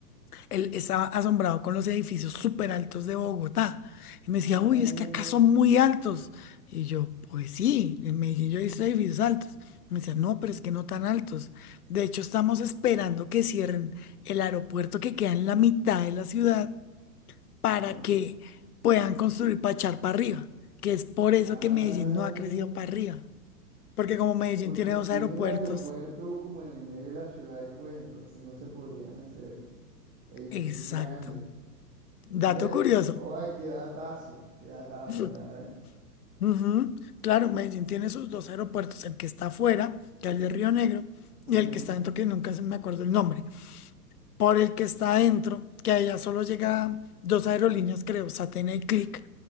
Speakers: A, on the left; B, on the right.
A: él estaba asombrado con los edificios súper altos de Bogotá. Y me
B: Ah.
A: decía, uy, es que acá son muy altos. Y yo, pues sí, en Medellín yo he visto edificios altos. Me decía, no, pero es que no tan altos. De hecho, estamos esperando que cierren el aeropuerto que queda en la mitad de la ciudad para
B: ujú.
A: que puedan construir para echar para arriba, que es por eso
B: Ah.
A: que Medellín no ha crecido para arriba. Porque como Medellín
B: Porque
A: tiene dos
B: tiene
A: aeropuertos,
B: el aeropuerto como en el medio de la ciudad y pues entonces no se podrían hacer edificios
A: exacto.
B: grandes.
A: Dato
B: Mira,
A: curioso.
B: o- oa, qué datazo, qué datazo,
A: <laughs>
B: mira, ¿eh?
A: Ujú, Claro, Medellín tiene sus dos aeropuertos, el que está afuera, que es el de Río Negro,
B: Ujú.
A: y el que está dentro, que nunca se me acuerdo el nombre. Por el que está adentro, que allá solo llega dos aerolíneas, creo, Satena y Click,